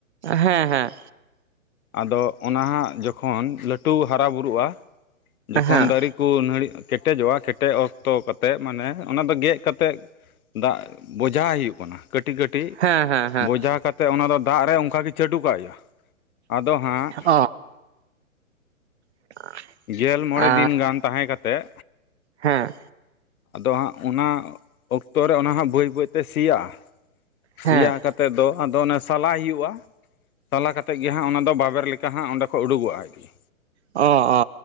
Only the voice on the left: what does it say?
ᱟᱫᱚ ᱚᱱᱟ ᱦᱟᱸᱟᱜ ᱡᱚᱠᱷᱚᱱ ᱞᱟᱹᱴᱩ ᱦᱟᱨᱟ ᱵᱩᱨᱩᱜ-ᱟ, ᱡᱚᱠᱷᱚᱱ
ᱫᱟᱨᱮ ᱠᱚ ᱱᱟᱹᱲᱤᱜ ᱠᱮᱴᱮᱡᱚᱜᱼᱟ ᱠᱮᱴ ᱴᱮ ᱚᱠᱛᱚ ᱠᱟᱛᱮᱫ ᱢᱟᱱᱮ ᱚᱱᱟ ᱫᱚ ᱜᱮᱜ ᱠᱟᱛᱮᱫ ᱫᱟᱜ ᱵᱚᱡᱷᱟ ᱦᱩᱭᱩᱜ ᱠᱟᱱᱟ᱾ ᱠᱟᱹᱴᱤᱡ ᱠᱟᱹᱴᱤᱡ
ᱵᱚᱡᱟ ᱠᱟᱛᱮᱫ ᱚᱱᱟ ᱫᱚ ᱫᱟᱜ ᱨᱮ ᱚᱱᱠᱟ ᱜᱤ ᱪᱟᱹᱰᱩ ᱠᱟᱜ ᱦᱩᱭᱩᱜ-ᱟ᱾ ᱟᱫᱚ ᱦᱟᱸᱜ
ᱜᱮᱞ ᱢᱚᱬᱮ
ᱫᱤᱱ ᱜᱟᱱ ᱛᱟᱦᱮᱸ ᱠᱟᱛᱮᱜ
ᱟᱫᱚ ᱦᱟᱸᱜ ᱚᱱᱟ ᱚᱠᱛᱚᱨᱮ ᱚᱱᱟ ᱦᱟᱸᱜ ᱵᱟᱹᱭ ᱵᱟᱹᱭᱛᱮ ᱥᱤᱭᱟᱜᱼᱟ᱾ ᱥᱤᱭᱟ
ᱠᱟᱛᱮᱫ ᱫᱚ ᱟᱫᱚ ᱚᱱᱮ ᱥᱟᱞᱟᱭ ᱦᱩᱭᱩᱜᱼᱟ᱾ ᱥᱟᱞᱟ ᱠᱟᱛᱮᱫ ᱜᱮ ᱦᱟᱸᱟᱜ ᱚᱱᱟᱫᱚ ᱵᱟᱵᱮᱨ ᱞᱮᱠᱟ ᱦᱟᱸᱜ ᱚᱸᱰᱮᱠᱷᱚᱡ ᱩᱰᱩᱜᱚᱜᱼᱟ ᱟᱡ ᱛᱤᱜᱤ᱾